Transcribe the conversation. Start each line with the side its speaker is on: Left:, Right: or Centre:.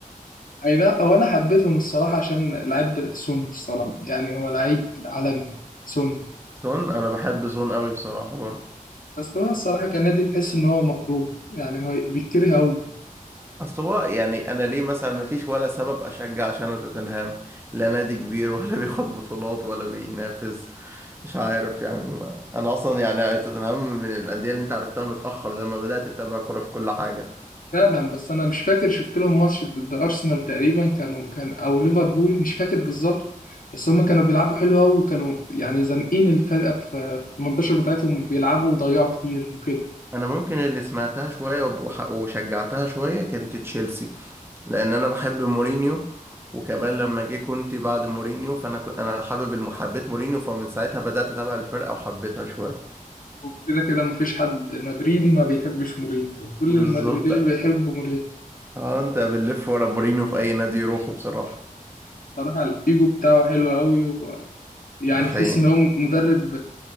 Left: أي لا هو أنا حبيتهم الصراحة عشان لعيب ده- سون الصراحة يعني هو لعيب عالمي سون
Right: سون انا بحب سون قوي بصراحه برضه
Left: بس هو الصراحة كان نادي تحس إن هو مكروه يعني هو بيتكره أوي
Right: اصل هو يعني انا ليه مثلا ما فيش ولا سبب اشجع عشان توتنهام لا نادي كبير ولا <laughs> بياخد بطولات ولا بينافس مش عارف يعني ما. انا اصلا يعني توتنهام من الانديه اللي انت عرفتها متاخر لما بدات تتابع كوره في كل حاجه
Left: فعلا بس انا مش فاكر شفت لهم ماتش ضد ارسنال تقريبا كانوا كان او ليفربول مش فاكر بالظبط بس هم كانوا بيلعبوا حلو قوي وكانوا يعني زانقين الفرقه في في المنتشر بتاعتهم بيلعبوا وضيعوا كتير وكده
Right: انا ممكن اللي سمعتها شويه وح- وشجعتها شويه كانت تشيلسي لان انا بحب مورينيو وكمان لما جه كنت بعد مورينيو فانا كنت انا حابب الم- حبيت مورينيو فمن ساعتها بدات اتابع الفرقه وحبيتها شويه
Left: وكده كده مفيش حد مدريدي ما بيحبش مورينيو كل
Right: بالظبط
Left: المدريديه بيحبوا مورينيو
Right: اه انت بنلف ورا مورينيو في اي نادي يروحه بصراحه
Left: صراحه الايجو بتاعه حلو قوي ويعني
Right: ده حقيقه
Left: تحس ان هو مدرب